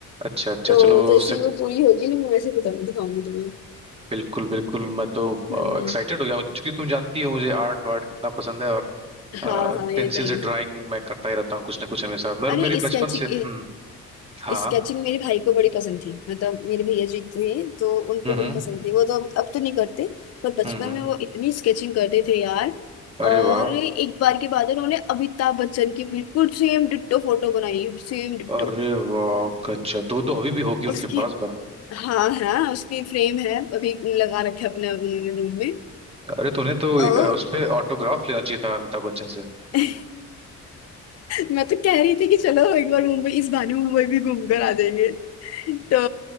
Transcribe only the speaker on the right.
अच्छा अच्छा
चलो
उसे
बिल्कुल बिल्कुल मैं तो
एक्साइटेड हो गया हूँ, क्योंकि तुम जानती हो मुझे आर्ट वार्ट कितना पसंद है और
पेंसिल
से
ड्राइंग मैं करता ही रहता हूँ कुछ ना कुछ हमेशा मेरे
मेरी
बचपन से हम्म हाँ
हाँ,
हम्म
हम्म
हम्म हम्म।
अरे
वाह
अरे वाह गजब तो वो तो हॉबी भी होगी
उनके पास बा
अरे तूने तो
अ, उस पे ऑटोग्राफ लेना चाहिए था अमिताभ बच्चन से